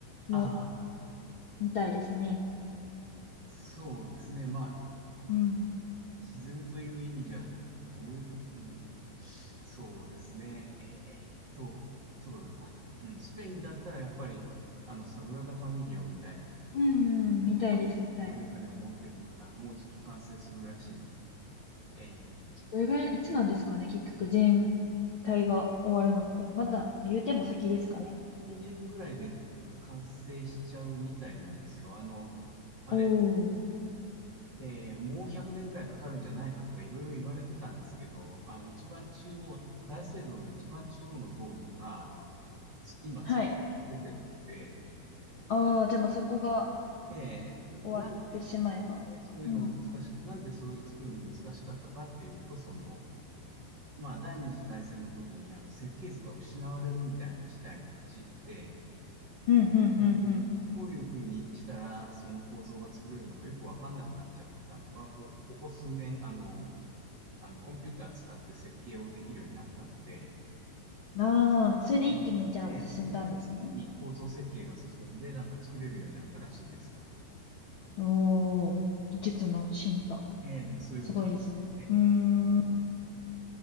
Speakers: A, on the left (about 85°); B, on the right (about 40°).
A: も
B: ああ、
A: 見たいですね。
B: そうですね。まあ、
A: うん。
B: 自然という意味じゃど、どういうと、うんと、そうですね。えーっと、そうだな。うん、スペインだったらやっぱり、あの、サグラダ・ファミリアを見たいって、
A: うんうん、見たいです、
B: まあ、
A: 見たいです。
B: 金がね、思ってるかな。もうじき完成するらしいんで。え
A: どれぐらい、いつなんですかね、結局全体が終わるのって。まだ言うても先ですかね。
B: ー、もう2年ぐらいで完成しちゃうみたいなんですよ。あの、あれ、
A: おー。
B: えーもう100年ぐらいかかるんじゃないかとかいろいろ言われてたんですけど、あの、一番中央、大聖堂の一番中央のドームが、つ今作れてるので、
A: はい。ああ、じゃあまあそこが
B: えーな、
A: 終わってしまえば。
B: なんで、なんでそういうのが難しく、
A: うん。うん、
B: なんでそういう作るのが難しかったかっていうと、その、まあ、第二次大戦の時に、あの、設計図が失われるみたいな事態に陥って、
A: うん、うん、
B: で、こう、
A: う
B: どういうふうにしたら、その構造が作れるのかよくわかんなくなっちゃってたのが、こう、ここ数年、あの、あの、コンピューター使って設計をできるようになったので、
A: んああ、それで一気にじゃあ進んだんですね。
B: で、でそれでいい構造設計が進んで、なんか作れるようになったらしいんですよ。
A: おお技術の進化。
B: ええ、そういうことですね。
A: すごいですね。
B: ええ、
A: うーん、